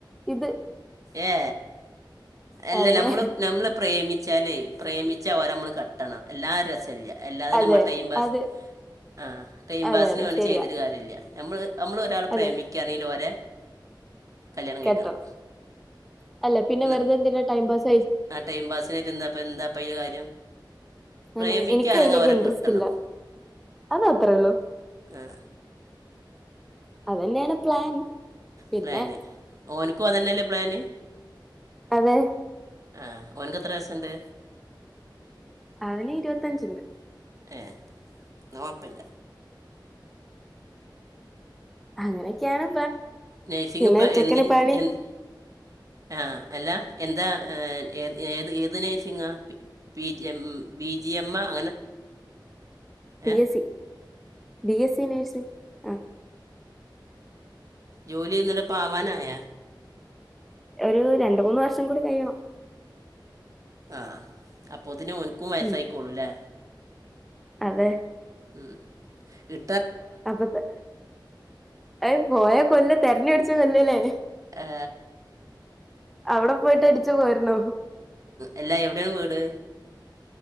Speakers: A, in the centre; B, on the right (about 45°).
A: ഇത്
B: ഏ അല്ല
A: അതെ
B: നമ്മള് നമ്മള് പ്രേമിച്ചാലേ പ്രേമിച്ച അവഓര നമ്മള് കട്ടണം എല്ലാവരും രസമല്ല എല്ലാതും
A: അതെ
B: നമ്മൾ ടൈം പാസ്-
A: അത്
B: ആ് ടൈം
A: അതെ
B: പാസിന്
A: അതെ
B: വേണ്ടി
A: ശരിയാ
B: ചെയ്തരു കാര്യമില്ല നമ്മ നമ്മൾ ഒരാള്
A: അതെ
B: പ്രേമിക്കാണെങ്കിലും ഓനെ കല്യാണം കഴിക്കണം
A: കെട്ടണം അല്ല പിന്നെ
B: ന്ന-
A: വെറുതെ എന്തിനാ ടൈംപാസ്
B: ആ ടൈം പാസിനായിട്ട് എന്താപ്പ എന്താപ്പയില് കാര്യം പ്രേമിക്കുകയാണെങ്കിൽ
A: അനെ എനിക്ക് അതിലേക്ക്
B: ഓരെ
A: ഇൻട്രസ്റ്റ്
B: കിട്ടണം
A: ഇല്ല അത അത്രേ ഉള്ളു
B: ആഏ
A: അതന്നെയാണ് പ്ലാൻ പിന്നെ
B: പ്ലാന് ഓനിക്കും അതന്നെയല്ലേ പ്ലാന്
A: അതെ
B: ആ ഓന്ക്ക് എത്ര വയസ് ഉണ്ട്
A: അവന് ഇരുപത്തഞ്ച ഉണ്ട്
B: ഏഹ കുഴപ്പില്ല
A: അങ്ങനൊക്കെയാണ്
B: നഴ്സിംഗ്
A: പിന്നെ
B: ഇപ്പം
A: ചെക്കന
B: എന്തിൻ്റെ
A: പണി-
B: എന്ത് ആ അല്ല എന്താ ഏ ഏത് ഏത് നേഴ്സിംഗ് ആ എം ബി ജി എമ്മ അങ്ങനെ
A: പി.
B: ഏ
A: S C B S C nursing ആ
B: ജോലിന്നിട പാവാനായ
A: ഒരു രണ്ട മൂന്ന് വർഷം കൂടി കഴിയണം
B: ആ അപ്പത്തിന് ഒനക്കും വയസായിക്കോള്ളൂല്ലേ
A: ഉം അതെ
B: ഉം ഇ്
A: അപ്പത്തെ അ പോയ കൊല്ല തെരഞ്ഞ അടിച്ച കൊല്ലല്ലേ
B: ഏ,
A: അവിടെ പോയിട്ട് അടിച്ചു പോരണോ
B: എല്ലാ എവിടെയാണ് വീട്